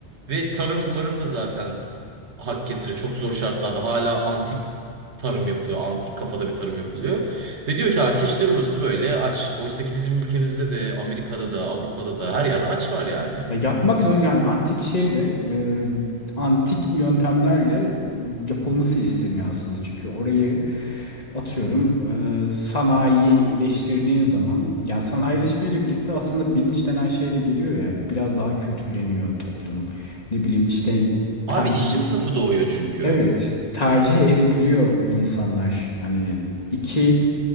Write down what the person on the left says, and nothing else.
Ya yapmak zor yani antik şeyle e, antik yöntemlerle yapılması isteniyor aslında. Çünkü orayı atıyorum e, sanayileştirdiğin zaman ya sanayileşmeyle birlikte aslında bilinç denen şey de geliyor ya biraz daha kötüleniyor toplum. Ne bileyim işte temci
Evet, tercih edebiliyor insanlar. Hani iki